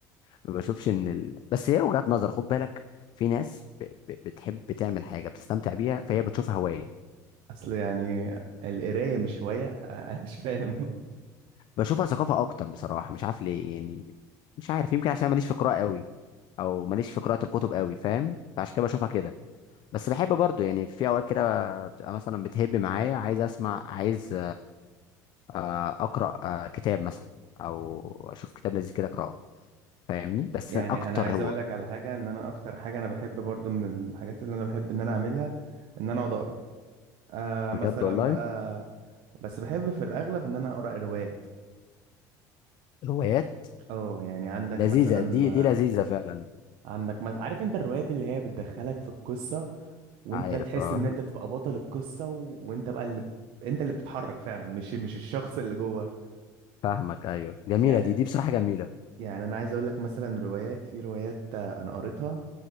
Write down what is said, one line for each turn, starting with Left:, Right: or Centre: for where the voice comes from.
Left: ما بشوفش ان ال... بس هي وجهات نظر خد بالك في ناس ب... ب... بتحب تعمل حاجه بتستمتع بيها فهي بتشوفها هوايه
Right: اصل يعني القرايه مش هوايه <laughs> انا مش فاهم
Left: بشوفها ثقافه اكتر بصراحه مش عارف ليه يعني مش عارف يمكن عشان ماليش في قراءه قوي او ماليش في قراءه الكتب قوي فاهم فعشان كده بشوفها كده بس بحب برضو يعني في اوقات كده بتبقى مثلا بتهب معايا عايز اسمع عايز آه، اقرا آه، كتاب مثلا او اشوف كتاب لذيذ كده اقراه فاهمني
Right: <laughs>
Left: بس
Right: يعني
Left: أنا اكتر
Right: انا عايز
Left: هو
Right: اقول لك على حاجه ان انا اكتر حاجه انا بحب برضو من الحاجات اللي انا بحب ان انا اعملها ان انا اقعد اقرا آه
Left: بجد
Right: مثلا
Left: والله
Right: بقى بس بحب في الاغلب ان انا اقرا روايات
Left: الروايات
Right: اه يعني عندك
Left: لذيذة
Right: مثلا
Left: دي دي لذيذة فعلا
Right: عندك مثلا عارف انت الروايات اللي هي بتدخلك في القصة وانت
Left: عارف
Right: تحس
Left: اه
Right: ان انت تبقى بطل القصة و... وانت بقى اللي انت اللي بتتحرك فعلا مش مش الشخص اللي جوه
Left: <laughs> فاهمك ايوه جميلة
Right: يعني
Left: دي دي بصراحة جميلة
Right: يعني انا عايز اقول لك مثلا روايات في روايات آه، انا قريتها